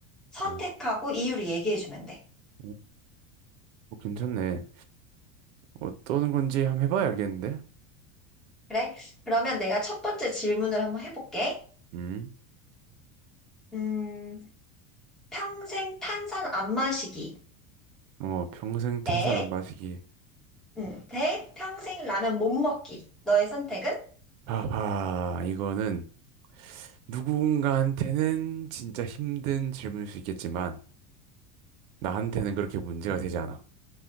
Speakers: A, in the centre; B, on the right.
A: 선택하고
B: 음,
A: 이유를 얘기해주면 돼.
B: 음, 어, 괜찮네. 어떤 건지 한번 해봐야 알겠는데?
A: 그래? 그러면 내가 첫 번째 질문을 한번 해볼게.
B: 음,
A: 음, 평생 탄산 안 마시기.
B: 어, 평생 탄산
A: 네?
B: 안 마시기.
A: 음, 대 평생 라면 못 먹기. 너의 선택은?
B: 하하, 이거는 누군가한테는 진짜 힘든 질문일 수 있겠지만, 나한테는 그렇게 문제가 되지 않아.